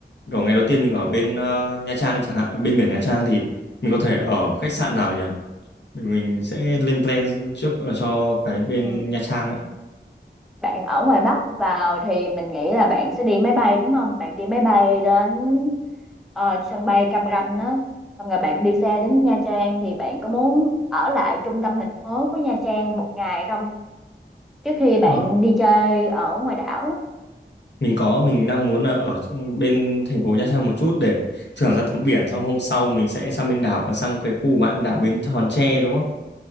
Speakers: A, on the left; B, in the centre.
A: Kiểu ngày đầu tiên mình ở bên ờ, Nha Trang đi chẳng hạn, ở bên biển Nha Trang thì mình có thể ở khách sạn nào nhỉ? Mình mình sẽ lên plan trước là cho cái bên
B: ừ.
A: Nha Trang
B: Bạn ở ngoài Bắc vào thì mình nghĩ là bạn sẽ đi máy bay đúng không? Bạn đi máy bay đến ờ, sân bay Cam Ranh á Xong rồi bạn đi xe đến Nha Trang Thì bạn có muốn ở lại trung tâm thành phố của Nha Trang một ngày không? Trước khi bạn
A: á.
B: đi chơi ở ngoài đảo á
A: mình có mình đang muốn là ở trong- bên thành phố Nha Trang một chút để thưởng ra tấm biển xong hôm sau mình sẽ sang bên đảo và sang cái khu bạn đảo Bến Hòn Tre đúng không?